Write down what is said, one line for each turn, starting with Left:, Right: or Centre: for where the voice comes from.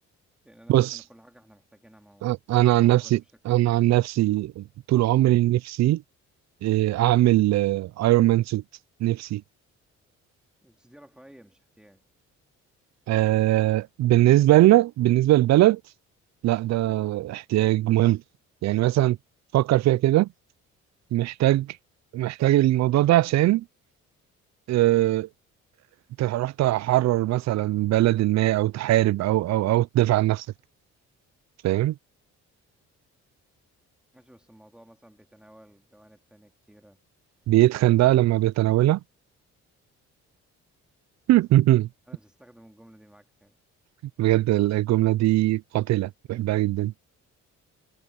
Centre: لأن أنا
Right: بص
Centre: شايف إن كل حاجة إحنا محتاجينها مو...
Right: أ- انا
Centre: موجودة
Right: عن نفسي
Centre: بشكل
Right: انا
Centre: ما
Right: عن نفسي طول عمري نفسي إيه، اعمل ايرون مان سوت نفسي
Centre: بس دي رفاهية مش احتياج
Right: آه بالنسبة لنا بالنسبة للبلد لا ده احتياج مهم يعني مثلا فكر فيها كده محتاج محتاج الموضوع ده عشان آه، انت رحت تحرر مثلا بلد ما او تحارب او او او تدافع عن نفسك فاهم
Centre: ماشي بس الموضوع مثلا بيتناول جوانب تانية كتيرة
Right: بيتخن بقى
Centre: آه،
Right: لما بيتناولها <laughs>
Centre: أنا مش هستخدم الجملة دي معاك تاني
Right: بجد الجملة دي قاتلة بحبها جدا